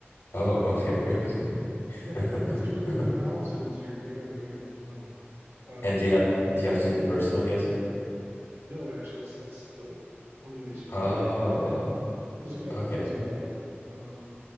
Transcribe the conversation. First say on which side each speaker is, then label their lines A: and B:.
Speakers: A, on the left (about 80°); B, on the right (about 85°).
A: Oh, okay,
B: So
A: <laughs> crazy.
B: <laughs>
A: <laughs>
B: unless you're doing thousands, you're, you're not going to make much money. Um,
A: And do you have do you have to do it in person, I'm guessing?
B: no, actually, that's, that's the, one of the ways you can
A: Oh,
B: actually earn there's a couple
A: okay.
B: things about it. Um,